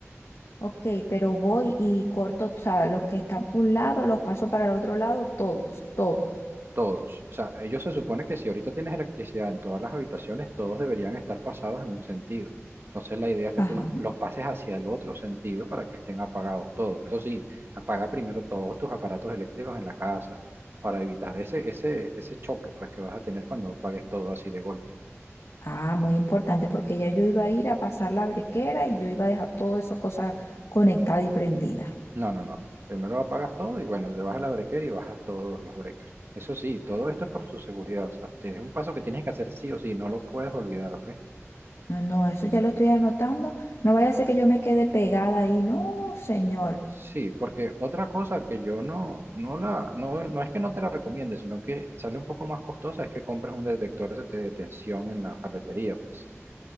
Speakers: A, on the left; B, on the right.
A: Ok, pero voy y corto, o sea, los que están por un lado, los paso para el otro lado, todos, todos.
B: Todos. O sea, ellos se supone que si ahorita tienes electricidad en todas las habitaciones, todos deberían estar pasados en un sentido. Entonces la idea es que
A: Ajá,
B: tú los, los pases hacia el otro sentido para que estén apagados todos. Eso sí, apaga primero todos tus aparatos eléctricos en la casa para evitar ese, ese, ese choque pues, que vas a tener cuando apagues todo así de golpe.
A: Ah, muy importante, porque ya yo iba a ir a pasar la brequera y yo iba a dejar toda esa cosa conectada y prendida.
B: No, no, no. Primero apagas todo y bueno, le vas a la breaker y bajas todos los breakers. Eso sí, todo esto es por tu seguridad. O sea, tienes un paso que tienes que hacer sí o sí, no lo puedes olvidar, ¿ok?
A: No, no, eso ya lo estoy anotando. No vaya a ser que yo me quede pegada ahí. No, señor.
B: Sí, porque otra cosa que yo no, no la, no, es- no es que no te la recomiende, sino que sale un poco más costosa, es que compres un detector de de tensión en la ferretería, pues.